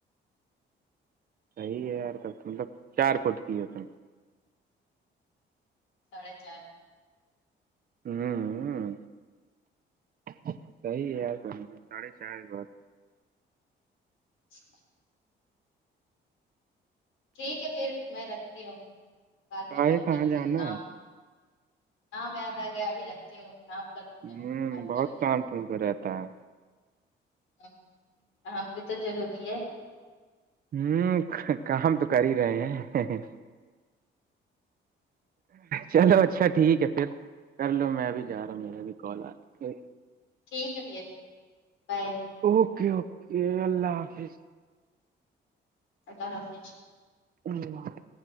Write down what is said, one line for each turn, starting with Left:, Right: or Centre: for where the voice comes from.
Right: صحیح ہے یار تک مطلب چار فٹ کی ہوتے
Left: ساڑے چار
Right: ہوں ہ سی ہے یار کہ ساھے چار بات
Left: اچھا ٹھیک ہے پھر میں رکھتی ہوں بعد
Right: کاے
Left: میں کال
Right: کہاں
Left: کرتی
Right: جانا
Left: ہوں کام ہاں میں د آ گیا ابھی رکھتی ہوں کام کرنے بات
Right: ہوں بہت
Left: کرتی
Right: کام
Left: ہوں
Right: تم کو رہتا ہے
Left: ہاں کام بھی تو ضروری ہے
Right: ہوں کام تو کر ہی رہے ہیں چلو اچھا ٹھیک ہے پھر کر لو میں بھی جا رہا ہوں میرا بھی کال آ رہا ہے۔
Left: ٹھیک ہے بیا بائے
Right: اوکے اوکے اللہ حافظ
Left: اللہ رافظ
Right: نہیں